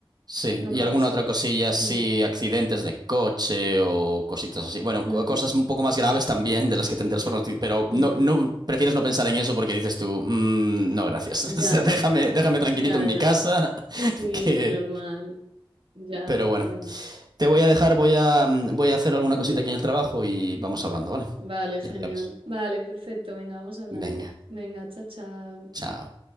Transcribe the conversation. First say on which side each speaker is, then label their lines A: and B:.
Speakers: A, on the right (about 50°); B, on the right (about 85°).
A: Sí,
B: no
A: y
B: caes.
A: alguna otra cosilla así,
B: Mm,
A: accidentes de coche o cositas así. Bueno,
B: ujú,
A: co- cosas un poco más graves también de las que te enteras por noticias, pero
B: mm,
A: no, no, prefieres no pensar en eso porque dices tú, "Mm, no, gracias.
B: ya,
A: <laughs> O sea, déjame, déjame tranquilito
B: ya,
A: en mi
B: ya,
A: casa, <laughs>
B: sí,
A: que...
B: normal, ya,
A: Pero bueno.
B: bueno.
A: Te voy a dejar, voy a, voy a hacer alguna
B: ujú.
A: cosita aquí en el trabajo y vamos hablando, ¿vale?
B: Vale, genial.
A: Ya te aviso.
B: Vale, perfecto, venga, vamos hablando.
A: Venga,
B: Venga, chao, chao.
A: chao.